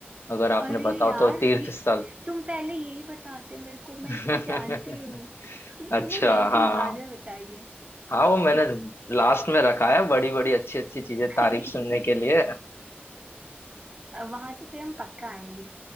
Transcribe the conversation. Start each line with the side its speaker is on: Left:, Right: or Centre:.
Left: अगर आपने
Right: अरे
Left: बताओ
Right: यार
Left: तो तीर्थ
Right: ये
Left: स्थल
Right: तुम पहले यही बताते मेरे को
Left: <laughs>
Right: मैं इसको जानती हूँ <laughs>
Left: अच्छा
Right: तुमने मेन
Left: हाँ
Right: चीज बाद में बताई है
Left: हाँ
Right: हाँ
Left: वो मैंने
Right: इस
Left: लास्ट में रखा है बड़ी बड़ी अच्छी अच्छी चीजें
Right: <laughs>
Left: तारीफ सुनने के लिए
Right: वहां तो फिर हम पक्का आएंगे